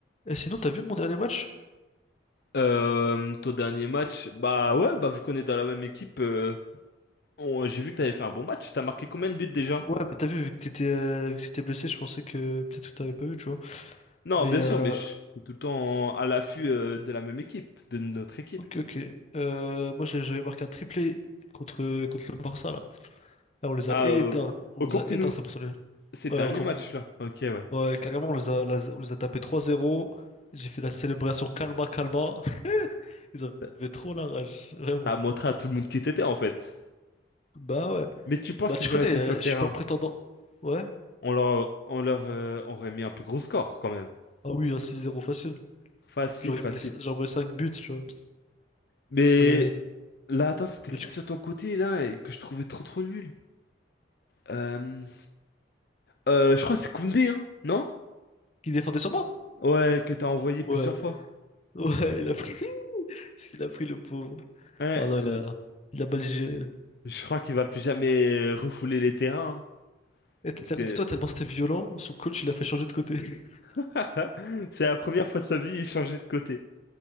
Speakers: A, on the left; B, on the left.
A: Eh, sinon, t'as vu mon dernier match?
B: Euh, ton dernier match, bah ouais, bah vu qu'on est dans la même équipe, euh, on- j'ai vu que t'avais fait un bon match. T'as marqué combien de buts déjà?
A: Ouais, mais t'as vu, vu que t'étais euh, vu que t'étais blessé, je pensais que peut-être que t'avais pas vu, tu vois.
B: Non,
A: Mais
B: bien
A: euh,
B: sûr, mais je suis tout le temps à l'affût euh, de la même équipe, de notre équipe.
A: ok, ok. Euh, moi, j'ai- j'avais marqué un triplé contre, contre le Barça, là. Là, on les
B: Ah,
A: a éteints.
B: euh,
A: On
B: au
A: les
B: Camp
A: a éteints,
B: Nou,
A: c'est pour ça. le-
B: ces derniers
A: Ouais, au Camp
B: matchs-là.
A: Nou.
B: Ok, ouais.
A: Ouais, carrément, on les a, on les a tapés 3-0. J'ai fait la célébration calma, calma. <laughs> Ils
B: T'as
A: avaient trop la rage, vraiment.
B: t'as montré à tout le monde qui t'étais en fait.
A: Bah ouais.
B: Mais tu penses
A: Bah,
B: si
A: tu
B: j'aurais
A: connais,
B: été
A: euh,
B: sur le
A: je
B: terrain,
A: suis pas prétendant. Ouais?
B: on leur, on leur euh, aurait mis un plus gros score quand même.
A: Ah oui, un 6-0 facile.
B: Facile,
A: J'aurais
B: facile.
A: mis, les- j'aurais mis 5 buts, tu vois.
B: Mais
A: Mais,
B: là, attends, c'était
A: mais
B: qui
A: tu-
B: sur ton côté là et que je trouvais trop trop nul? Euh, Euh, je crois que c'est Koundé, hein, non?
A: qui défendait sur moi?
B: Ouais, que t'as envoyé plusieurs
A: Ouais,
B: fois.
A: ouais, il a pris. <laughs> Ce qu'il a pris, le pauvre.
B: Ouais,
A: Ah non,
B: l-
A: il a, il a mal géré.
B: je crois qu'il va plus jamais refouler les terrains, hein,
A: Et t'as-
B: parce
A: t'as-
B: que
A: Dis-toi, tellement c'était violent, son coach, il l'a fait changer de côté. <laughs>
B: <laughs> c'est la première fois de sa vie, il changeait de côté.